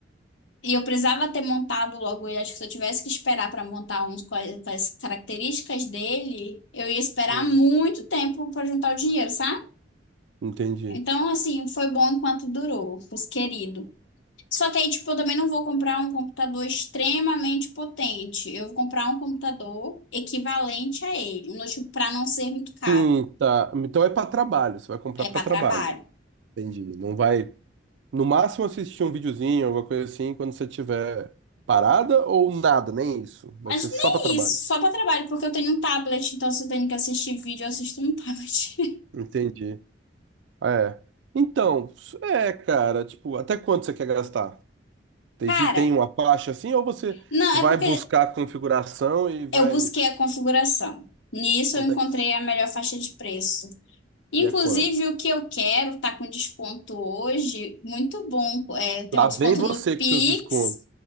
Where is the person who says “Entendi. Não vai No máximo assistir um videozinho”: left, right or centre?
Right